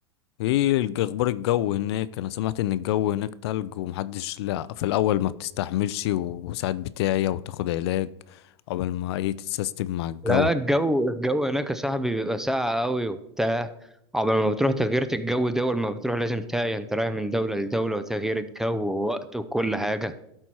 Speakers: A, on the left (about 70°); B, in the centre.
A: ايه الج- اخبار الجو هناك انا سمعت ان الجو هناك تلج ومحدش لا في الاول ما بتستحملش و- وساعات بتاعي وتاخد علاج عقبال ما ايه تتسيستم مع الجو
B: لا الجو الجو هناك يا صاحبي بيبقى ساقع قوي وبتاع قبل ما بتروح تغيير الجو دول ما بتروح لازم تاقي انت رايح من دولة لدولة وتغيير الجو ووقت وكل حاجة